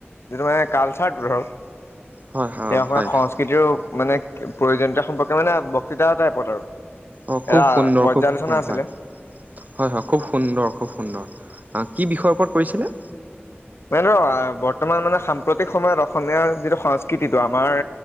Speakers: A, on the left; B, on the right.
A: যিটো মানে কালচাৰটো ধৰক <unintelligible>
B: হয় অ', হয়।
A: সংস্কৃতিৰো মানে প্ৰয়োজনীয়তা সম্পৰ্কে মানে বক্তৃতা টাইপত আৰু।
B: অ খুব
A: এটা
B: সুন্দৰ
A: পৰ্যালোচনা
B: খুব অ
A: আছিলে
B: হয় হয় হয় খুব সুন্দৰ খুব সুন্দৰ কি বিষয়ৰ ওপৰত কৰিছিলে?
A: <unintelligible> বৰ্তমান মানে সাম্প্ৰতিক সময়ত অসমীয়াৰ যিটো সংস্কৃতিটো আমাৰ